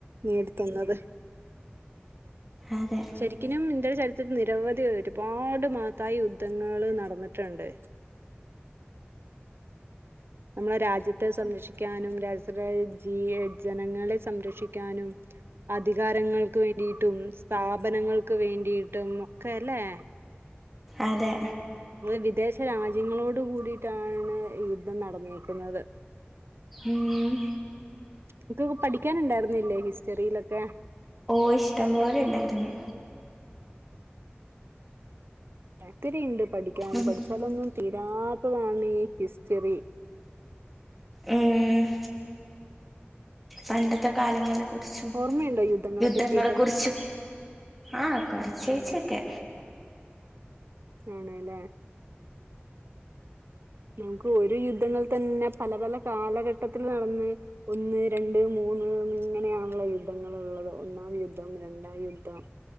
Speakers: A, on the right (about 65°); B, in the centre.
A: നേടിത ന്നത്
B: അതെ
A: ശരിക്കിനുംഇന്ത്യൻ ചരിത്രത്തിൽ നിരവധി ഒരുപാട് മഹത്തായ യുദ്ധങ്ങള് നടന്നിട്ടുണ്ട് നമ്മളെ രാജ്യത്തെ സംരക്ഷിക്കാനും രാഷ്രജീ യെ ജനങ്ങളെ സംരക്ഷിക്കാനും അധികാരങ്ങൾക്ക് വേണ്ടിയിട്ടും സ്ഥാപനങ്ങൾക്ക് വേണ്ടിട്ടും ഒക്കെല്ലേ
B: അതെ
A: വിദേശ രാജ്യങ്ങളോട് കൂടിയിട്ടാണ് യുദ്ധം നടന്നിരിക്കുന്നത്
B: ഉം
A: ൻ കൊക്കെ പഠിക്കാനുണ്ടായിരുന്നില്ലേ ഹിസ്റ്ററിയിലൊക്കെ
B: ഓയിഷ്ടം പോലെ അല്ലായിരുന്നൊ
A: ത്തിരിണ്ട് പഠിക്കാൻ
B: ഉം
A: പഠിച്ചാലൊന്നും തീരാത്തതാണ് ഈ ഹിസ്റ്ററി
B: ഉം പണ്ടത്തെ കാലങ്ങളെ കുറിച്ചും
A: ഓർമ്മയുണ്ടോ
B: യുദ്ധങ്ങളെ
A: പറ്റിയൊക്കെ
B: കുറിച്ചും ആഹ് കൊറച്ചേച്ചോക്കെ
A: ആണ്ലേ ഇൻക്ക് ഒര് യുദ്ധങ്ങൾ തന്നെ പല പല കാലഘട്ടത്തിലാന്ന് ഒന്ന് രണ്ട് മൂന്ന് ഇങ്ങനെയാൺള്ളോ യുദ്ധങ്ങള്ള്ളത് ഒന്നാം യുദ്ധം രണ്ടാം യുദ്ധം